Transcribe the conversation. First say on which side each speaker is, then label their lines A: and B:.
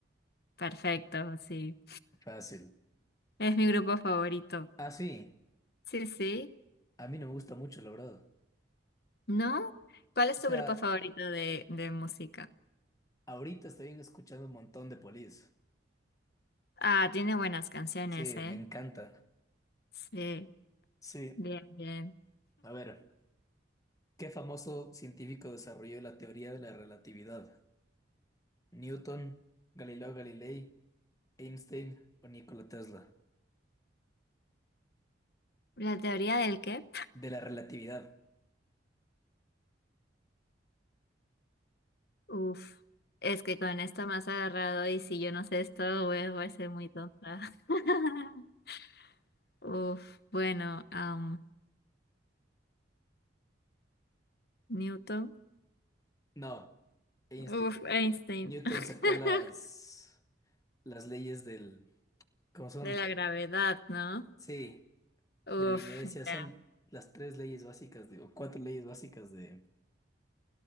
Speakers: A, on the left; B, on the left.
A: Perfecto, sí.
B: fácil.
A: Es mi grupo favorito.
B: Ah, sí,
A: Sí, sí.
B: a mí no me gusta mucho, la verdad.
A: ¿No? ¿Cuál es
B: O sea,
A: tu grupo favorito de, de música?
B: ahorita estoy escuchando un montón de polis.
A: Ah, tiene buenas canciones,
B: Sí,
A: ¿eh?
B: me encanta.
A: Sí,
B: Sí,
A: bien, bien.
B: a ver, ¿qué famoso científico desarrolló la teoría de la relatividad? ¿Newton, Galileo Galilei, Einstein o Nikola Tesla?
A: ¿La teoría del qué?
B: De la relatividad.
A: Uf, es que con esto más agarrado y si yo no sé esto, voy, voy a ser muy tonta. <laughs> Uf, bueno, am, Newton.
B: No, Einstein.
A: Uf, Einstein.
B: Newton
A: <laughs>
B: sacó las, las leyes del... ¿Cómo son?
A: De la gravedad, ¿no?
B: Sí.
A: Uf,
B: de la inercia,
A: ya.
B: son las tres leyes básicas, digo, cuatro leyes básicas de...